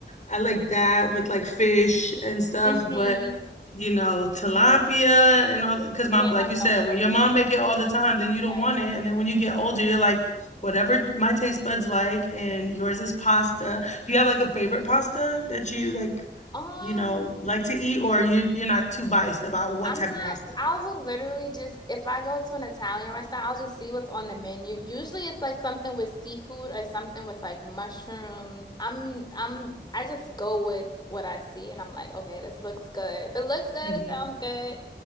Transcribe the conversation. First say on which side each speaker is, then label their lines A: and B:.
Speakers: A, on the left; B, on the left.
A: I like that with like fish and stuff,
B: Mm-hmm.
A: but you know, tilapia and all that. Because
B: You
A: mom,
B: can't
A: like
B: have
A: you said,
B: no more.
A: when your mom make it all the time, then you don't
B: Yeah.
A: want it. And then when you get older, you're like, whatever my taste buds like, and yours is pasta. Do you have like a favorite pasta that you like,
B: Um,
A: you know, like to eat, or you you're not too biased about what
B: I'm
A: type
B: not,
A: of pasta it
B: I
A: is?
B: will literally just, if I go to an Italian restaurant, I'll just see what's on the menu. Usually it's like something with seafood or something with like mushrooms. I'm, I'm, I just go with what I see and I'm like, okay, this looks good. If it looks good,
A: Mm-hmm.
B: it sounds good,